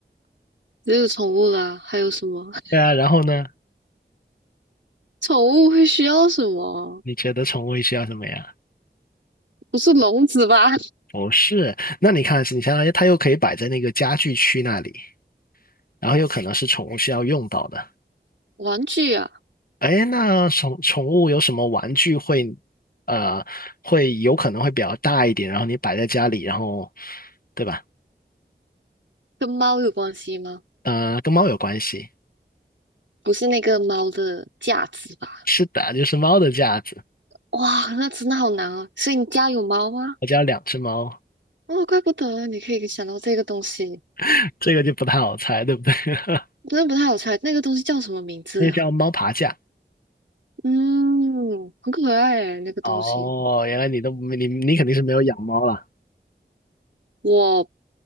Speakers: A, on the right; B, on the left.
A: 只有宠物啦，还有什么？<laughs>
B: 对啊，然后呢，
A: 宠物会需要什么？
B: 你觉得宠物需要什么呀？
A: 不是笼子吧？
B: 不是，那你看，你想想，它又可以摆在那个家具区那里。然后有可能是宠物需要用到的。
A: <laughs> 玩具啊，
B: 哎，那宠宠物有什么玩具会，呃，会有可能会比较大一点，然后你摆在家里，然后，对吧？
A: 跟猫有关系吗？
B: 呃，跟猫有关系。
A: 不是那个猫的架子吧？
B: 是的，就是猫的架子。
A: 哇，那真的好难哦。所以你家有猫吗？
B: 我家有两只猫，
A: 哦，怪不得你可以想到这个东西，
B: <laughs> 这个就不太好猜，对不对？<laughs>
A: 真的不太好猜。那个东西叫什么名字啊
B: 那叫猫爬架。
A: 嗯，很可爱哎，那个东西。
B: 哦，原来你都没你你肯定是没有养猫啦。
A: 我